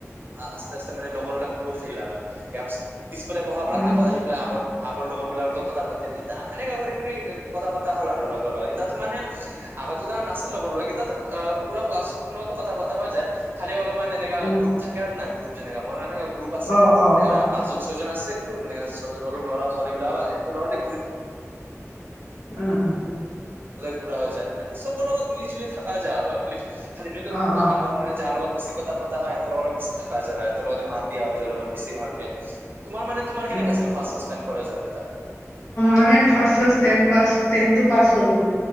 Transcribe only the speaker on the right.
আস্তে-আস্তে মানে লগৰ বিলাক <unintelligible> থাকিলে আৰু ইয়াৰ পিছত পিছফালে বহাৰ পৰা
আগত আহি পেলাই আগত আগৰ লগৰ বিলাকৰ লগত কথা পাতিল, এনেকা কৰি কথা পতা হ'ল আৰু লগৰ লগত, ইতিয়াতো মানে <unintelligible> নাছিল লগৰ বিলাক এতিয়াটো পুৰা ক্লাছখনৰ লগত কথা পতা হৈ যায়, খালি অলপ মান এনেকা
গ্ৰুপ থাকে আৰু না গ্ৰুপ যেনেকা, মোৰো এনেকা গ্ৰুপ আছে,
এনেকা
পাঁচজন-ছয়জন আছে। মানে অলপ ল'ৰা-ছোৱালীবিলাক <unintelligible> টাইমত এহেতৰ লগতে
ঘুৰা হৈ যায়, বাকী চবৰ লগত মিলি-জুলি থাকা যায় আৰু খালি-খালি যোনটো
আগত মান যাৰ লগত বেছি কথা পতা হয় এহেতক অলপ বেছি থাকা যায়, এনেহতৰ লগতে মাত দিয়া যায় অলপ বেছি ভালকে। তোমাৰ মান, তোমাৰ কেনেকা
আছিল ফ্ৰাষ্ট-ফ্ৰাষ্ট টাইম কলেজত?